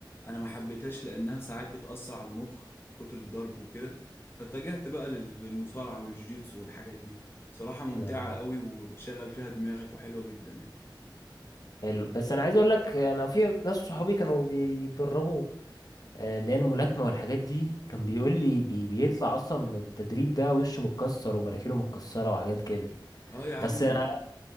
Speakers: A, on the left (about 30°); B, on the left (about 50°).
A: انا ما حبيتهاش لانها ساعات بتاثر على المخ كتر الضرب وكده فاتجهت بقى لل- للمصارعه والجوجيتسو والحاجات دي بصراحه ممتعه
B: آه،
A: قوي وبتشغل فيها دماغك وحلوه جدا يعني
B: حلو بس انا عايز اقول لك انا في ناس صحابي كانوا بيتدربوا آه، اللي هي الملاكمة والحاجات دي كان بيقول لي بي بيطلع اصلا من التدريب ده وشه متكسر ومراخيره متكسرة وحاجات كده
A: اه يا عم
B: بس
A: دي
B: انا <laughs>